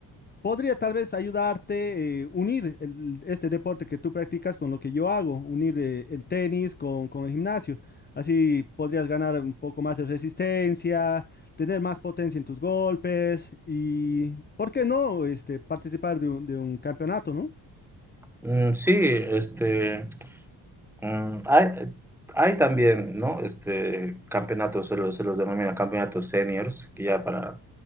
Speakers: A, on the left; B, in the centre.
A: Podría tal vez ayudarte eh, unir el- este deporte que tú practicas con lo que yo hago, unir eh, el tenis con, con el gimnasio. Así podrías ganar un poco más de resistencia, tener más potencia en tus golpes y, ¿por qué no, este, participar de un, de un campeonato, ¿no?
B: Mm, sí, este, mm, hay, hay también, ¿no? Este, campeonatos, se los, se los denomina campeonatos seniors, que ya para,